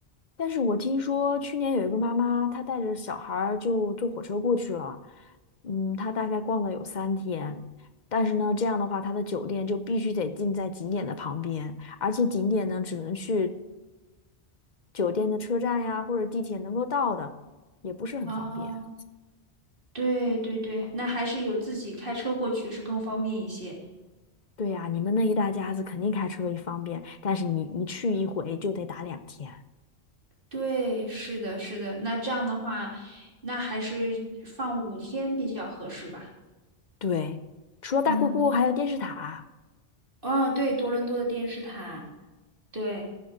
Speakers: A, on the left; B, on the right.
A: 但是我听说去年有一个妈妈，她带着小孩儿就坐火车过去了，嗯，她大概逛了有三天。但是呢，这样的话，她的酒店就必须得定在景点的旁边，而且景点呢，只能去酒店的车站呀或者地铁能够到的，也不是很方便。
B: 啊，对对对，那还是有自己开车过去是更方便一些。
A: 对呀，你们那一大家子肯定开车也方便，但是你一去一回就得打两天。
B: 对，是的，是的。那这样的话，那还是放五天比较合适吧。
A: 对，除了大瀑布，
B: 嗯，
A: 还有电视塔，
B: 哦，对，多伦多的电视塔，对，